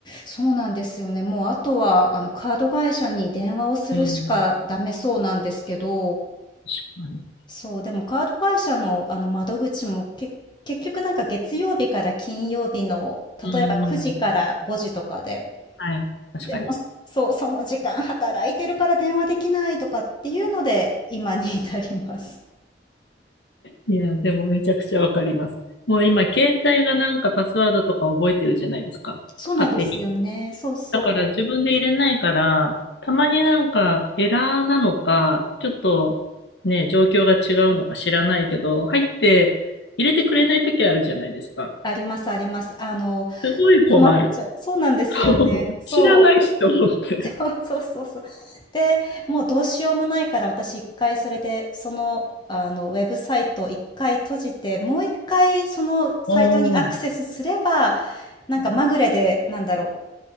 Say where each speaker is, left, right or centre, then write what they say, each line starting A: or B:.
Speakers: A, on the left; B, on the left.
A: そうなんですよね。もうあとはあのカード会社に電話をするしかダメそうなんですけど、
B: うん。確かに。
A: そう、でもカード会社のあの窓口もけ、結局なんか月曜日から金曜日の例えば9時から5時とかで、
B: うんうんうん。はい。確かに。
A: でもそう、その時間働いてるから電話できないとかっていうので今に至ります。
B: いや、でもめちゃくちゃわかります。もう今、携帯がなんかパスワードとか覚えてるじゃないですか。
A: そうなんですよね。
B: 勝手に。
A: そうそう。
B: だから自分で入れないから、たまになんかエラーなのか、ちょっとね、状況が違うのか知らないけど、入って入れてくれない時あるじゃないですか。
A: ありますあります。あの、
B: すごい困る。
A: 困っちゃう。そうなんですよね。
B: <laughs> そう知らないしと思って。
A: そう。<laughs> そうそうそうそうで、もうどうしようもないから、私1回それで、その、あの、ウェブサイトを1回閉じて、もう1回そのサイトにアクセスすれば、
B: おー
A: なんかまぐれで、なんだろ